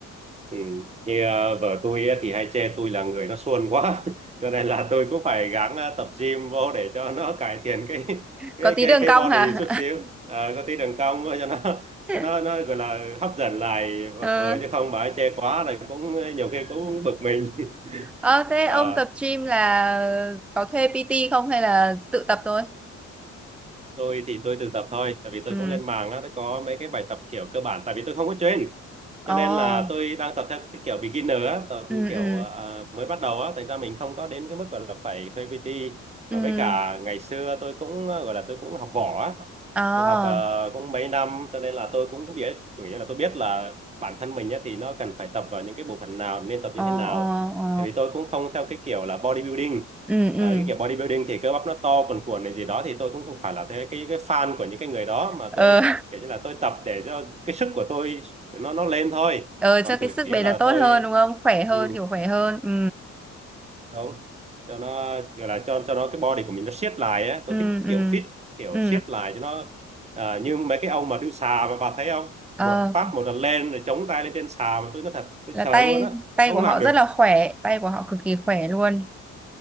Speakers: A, on the right; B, in the centre.
A: Ừ. như ờ, vợ tôi á thì hay chê tôi là người nó suôn quá <laughs> cho nên là tôi cũng phải gắng ờ, tập gym vô để cho nó cải thiện cái cái
B: có tí
A: cái
B: đường
A: cái
B: cong
A: body
B: hả
A: chút xíu Ờ, có tí đường cong cho nó
B: <laughs>
A: cho nó nó gọi là hấp dẫn lại
B: ờ
A: vợ chứ không bà ấy chê quá là cũng nhiều khi cũng bực mình <laughs>
B: Ờ, thế ông
A: Ờ.
B: tập gym là có thuê PT không hay là tự tập thôi
A: tôi thì tôi tự tập thôi tại vì tôi
B: ừ
A: cũng lên mạng á tôi có mấy cái bài tập kiểu cơ bản tại vì tôi không có train
B: ồ
A: cho nên là tôi đang tập theo cái kiểu beginner á tập
B: ừ
A: kiểu
B: ừ
A: à, mới bắt đầu á thành ra mình không có đến cái mức gọi là phải thuê PT mà
B: ừ
A: với cả ngày xưa tôi cũng à, gọi là tôi cũng học võ á
B: ờ
A: tôi học à, cũng mấy năm cho nên là tôi cũng biết kiểu như là tôi biết là bản thân mình á, thì nó cần phải tập vào những cái bộ phận nào nên tập
B: ờ
A: như thế nào
B: ờ ờ
A: tại vì tôi cũng không theo cái kiểu là bodybuilding
B: ừ ừ
A: À, cái kiểu bodybuilding thì cơ bắp nó to cuồn cuộn này gì đó thì tôi cũng không phải là thế cái cái fan của những cái người đó mà
B: ờ
A: tôi kiểu như là tôi tập để cho cái sức của tôi nó nó lên thôi
B: <laughs> ờ cho
A: còn
B: cái
A: chủ
B: sức
A: yếu
B: bền
A: là
B: là tốt
A: tôi
B: hơn đúng không khỏe hơn
A: ừ,
B: kiểu khỏe hơn ừ
A: đúng cho nó gọi là cho cho nó cái body của mình nó siết lại á tôi
B: ừ
A: thích
B: ừ
A: kiểu fit kiểu
B: ừ
A: siết lại cho nó à, như mấy cái ông mà đu xà mà bà thấy không
B: ờ
A: một phát một lần lên rồi chống tay lên trên xà mà tôi nói thật tôi
B: là
A: sợ
B: tay
A: luôn á tôi
B: tay
A: không
B: của họ
A: làm được
B: rất là khỏe tay của họ cực kỳ khỏe luôn